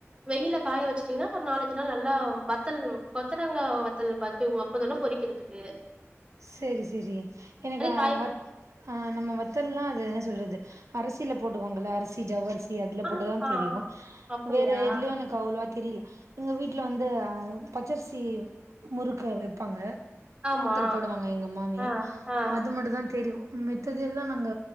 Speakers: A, on the right (about 20°); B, on the right (about 75°).
A: வெயில்ல காய வச் சிங்கன்னா ஒரு நாலஞ்சு நாள் நல்லா வத்தல் கொத்தவ்ரங்கா வத்தல் பாத்தீங்க அப்பதான பொரிக்கிறதுக்கு
B: செரி செரி எனக்கு ஆ
A: காய
B: வத் ஆ நம்ம வத் தெல்லா அது என்ன சொல்றது அரிசியில போடுவாங்கள அரிசி ஜவ் அரி அதுல
A: ஆ
B: போட்டுதா
A: ஆ
B: தெரியு
A: அப்டியா
B: வேற எதுலயு எனக்கு அவ்ளோவா தெரியல எங்க வீட்டுல வந்து பச்சரிசி முறுக்க வெப்பாங்க
A: ஆமா
B: போடுவாங்க எங்க மாமி
A: ஆ ஆ
B: அது மட்டு தா தெரியு மித்தது எல்லா நாங்க